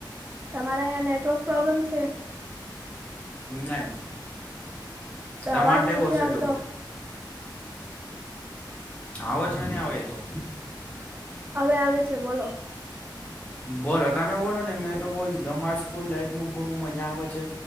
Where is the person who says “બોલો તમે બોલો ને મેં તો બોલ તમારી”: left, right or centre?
Left